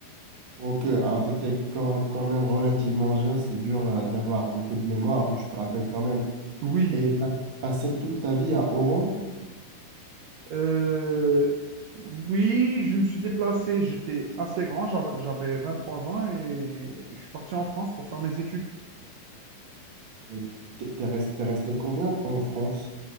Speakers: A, on the right; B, on the right.
A: Donc, euh, alors, t'étais quand, quand même relativement jeune, c'est dur euh, d'avoir beaucoup de mémoire, mais tu te rappelles quand même.
B: Oui,
A: Et t'as passé toute ta vie à Oran.
B: Euh, oui, je me suis déplacé. J'étais assez grand, j'av- j'avais trois ans et je suis parti en France pour faire mes études.
A: Et T'es t'es resté, t'es resté combien de temps en France?